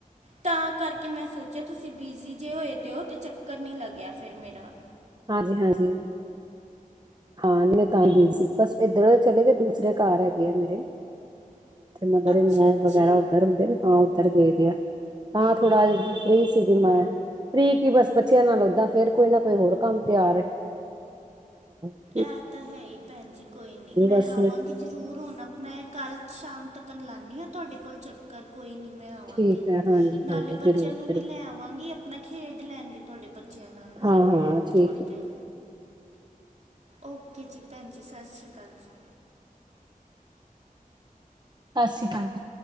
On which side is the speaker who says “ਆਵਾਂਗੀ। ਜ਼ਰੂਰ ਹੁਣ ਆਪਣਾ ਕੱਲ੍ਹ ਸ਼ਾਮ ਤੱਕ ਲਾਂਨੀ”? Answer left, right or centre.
Right